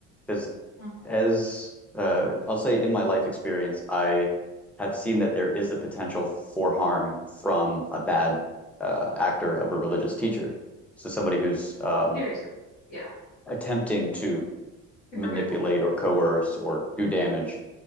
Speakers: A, in the centre; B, on the left.
A: Because
B: Mhm.
A: as uh, I'll say in my life experience, I have seen that there is the potential for harm from a bad uh, actor of a religious teacher. So somebody who's um,
B: Seriously, yeah,
A: attempting to
B: hypocritical,
A: manipulate or coerce or do damage.